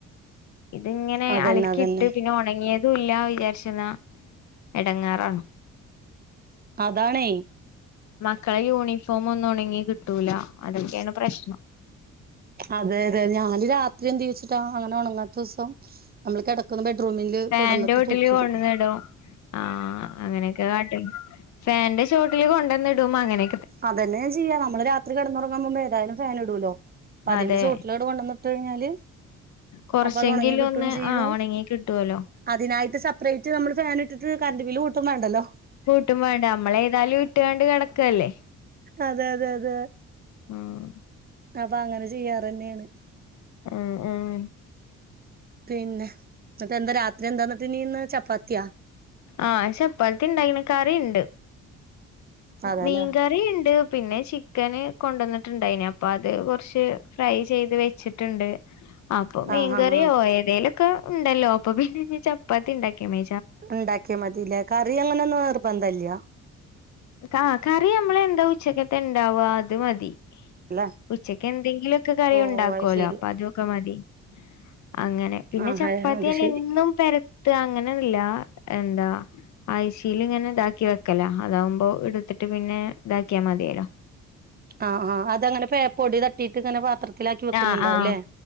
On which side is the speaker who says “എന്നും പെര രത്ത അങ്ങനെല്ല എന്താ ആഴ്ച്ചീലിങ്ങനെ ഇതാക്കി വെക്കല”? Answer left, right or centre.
Left